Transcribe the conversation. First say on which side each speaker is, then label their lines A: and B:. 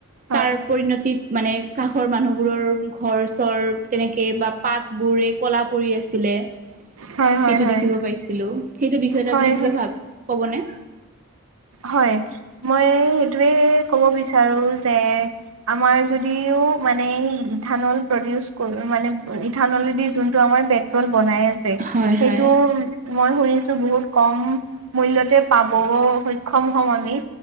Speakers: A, on the right; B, on the right.
A: হয়
B: তাৰ পৰিণতিত মানে কাষৰ মানুহবোৰৰ ঘৰ চৰ তেনেকে বা পাত বোৰে ক'লা পৰি আছিলে।
A: হয়
B: সেইটো
A: হয় হয়
B: দেখিব পাইছিলো, সেইটো বিষয়তে
A: হয়
B: আপুনি কিবা
A: হয়
B: ভাব কবনে?
A: হয়, মই সেইটোৱে ক'ব বিচাৰো যে আমাৰ যদিও মানে ইথানল প্ৰডিউচ কৰো মানে ইথানলদি যোনটো আমাৰ ব চ'ল বনাই আছে।
B: হয়
A: সেইটো
B: হয়
A: মই শুনিছো বহুত কম মূল্য়তে পাব। সক্ষম হ'ম আমি,